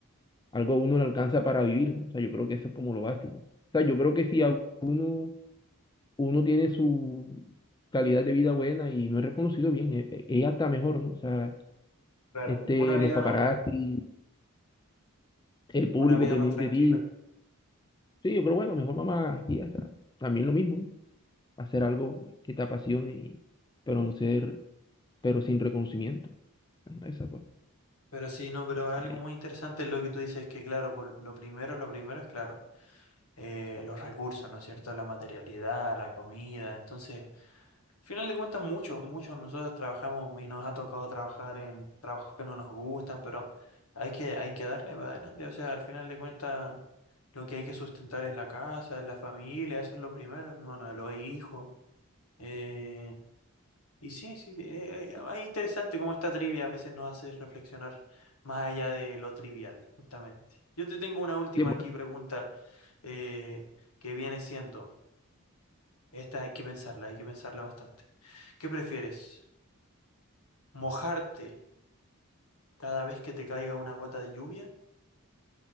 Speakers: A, on the left; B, on the left.
A: algo a uno le alcanza para vivir, ¿no? O sea, yo creo que eso es como lo básico. O sea, yo creo que si a uno uno tiene su calidad de vida buena y no es reconocido bien, e- e- es, hasta mejor, ¿no? O sea,
B: Claro,
A: este,
B: una vida,
A: los paparazzi, el público
B: una vida
A: pendiente
B: más tranquila.
A: de ti, ¿no? Sí, pero bueno, mejor mamá, aquí, o sea, también lo mismo, ¿no? Hacer algo que te apasione, y- pero no ser, pero sin reconocimiento. Ahí va Esa, pues,
B: Pero sí, no, pero algo
A: ahí.
B: muy interesante es lo que tú dices, que claro, por lo primero, lo primero es claro, eh, los recursos, ¿no es cierto? La materialidad, la comida. Entonces, al final de cuentas, muchos, muchos nosotros trabajamos y nos ha tocado trabajar en trabajos que no nos gustan, pero hay que, hay que darle para adelante. O sea, al final de cuentas, lo que hay que sustentar es la casa, es la familia, eso es lo primero, hermano, los hijos. eh, Y sí, sí, eh, eh, es interesante cómo esta trivia a veces nos hace reflexionar más allá de lo trivial, justamente. Yo te tengo una última
A: Sí, es bueno.
B: aquí pregunta eh, que viene siendo, esta hay que pensarla, hay que pensarla bastante. ¿Qué prefieres? ¿Mojarte cada vez que te caiga una gota de lluvia